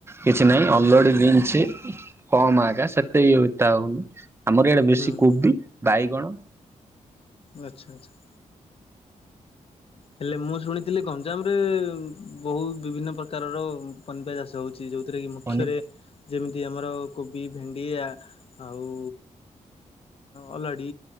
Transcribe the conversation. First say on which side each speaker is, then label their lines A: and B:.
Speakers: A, on the right (about 20°); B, on the left (about 50°).
A: କିଛି ନାହିଁ
B: ହୁଁ
A: ଅଲଡି ବିନ୍ସ। କମ ଆଜ୍ଞା ସେତେ ତା ହଉନି ଆମର ଏଇଡେ ବେଶୀ
B: ହୁଁ
A: କୋବି ବାଇଗଣ
B: ଆଚ୍ଛା ଆଚ୍ଛା। ହେଲେ ମୁଁ ଶୁଣିଥିଲି ଗଞ୍ଜାମରେ ବହୁତ ବିଭିନ୍ନ ପ୍ରକାରର ପନିପରିବା ଚାଷ ହଉ। ଯୋଉଥିରେ କି ମୁଖ୍ୟରେ
A: ପନିର
B: ଯେମିତି ଆମର କୋବି ଭେଣ୍ଡିଆ ଆଉ ଅଲଡି